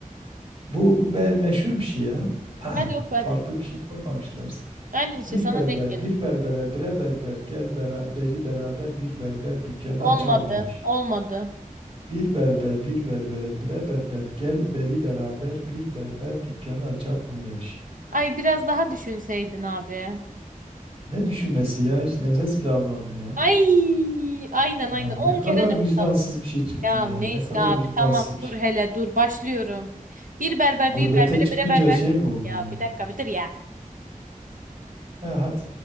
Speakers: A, on the right (about 40°); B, on the right (about 70°).
A: Bu, bu bel meşhur bir şey ya. <clears throat>
B: Hadi oku
A: Farklı
B: hadi.
A: bir şey koymamışlar.
B: Aynen işte
A: Bir
B: sana
A: berber,
B: denk gelin.
A: bir berbere, bre berber, gel bera, beri beraber bir berber dükkanı
B: Olmadı.
A: açalım demiş.
B: Olmadı.
A: Bir berber, bir berbere, bre berber, gel beri beraber bir berber dükkanı açalım demiş.
B: Ay biraz daha düşünseydin abi.
A: Ne düşünmesi ya? Hiç nefes bile almadım ya.
B: Ay aynen
A: Ya
B: aynen.
A: ne
B: on
A: kadar
B: kere nefes
A: vicdansız bir şey çıktın
B: Ya
A: ya.
B: neyse
A: Ne kadar
B: abi
A: vicdansız
B: tamam
A: bir şey.
B: dur hele dur başlıyorum. Bir berber
A: Gurbete
B: bir berbere
A: çıkınca
B: bire berber.
A: şey mi oldun
B: Ya
A: yani?
B: bir dakika bir dur ya.
A: He hadi.